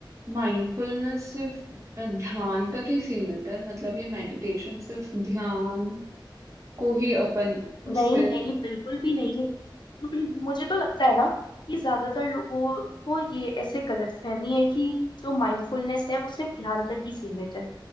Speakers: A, on the right; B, on the left.
A: माइंडफुलनेस सिर्फ ध्यान तक ही सीमित है मतलब ये मेडिटेशन सिर्फ ध्यान को ही अपन उससे
B: नहीं नहीं बिल्कुल भी नहीं <clears throat> मुझे तो लगता है ना कि ज्यादातर लोगों को ये ऐसे गलतफहमी है कि जो माइंडफुलनेस है वो सिर्फ ध्यान तक ही सीमित है